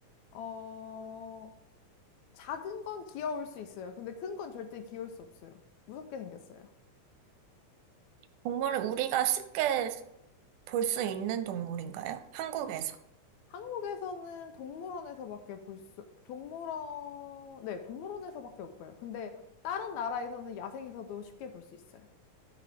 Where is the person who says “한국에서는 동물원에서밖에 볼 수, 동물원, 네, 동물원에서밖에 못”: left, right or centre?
Left